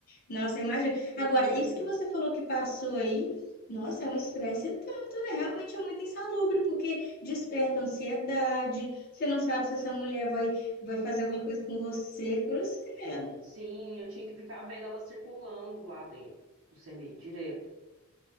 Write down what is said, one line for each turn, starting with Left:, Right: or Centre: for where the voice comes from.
Left: Nossa, imagina. Agora,
Right: sim,
Left: isso que você falou que passou aí, nossa, é um estresse tanto, né? Realmente é muito insalubre, porque desperta ansiedade, você não sabe se essa mulher vai, vai fazer alguma coisa com você, cruz credo.
Right: sim, eu tinha que ficar vendo ela circulando lá dentro do CMEI, direto.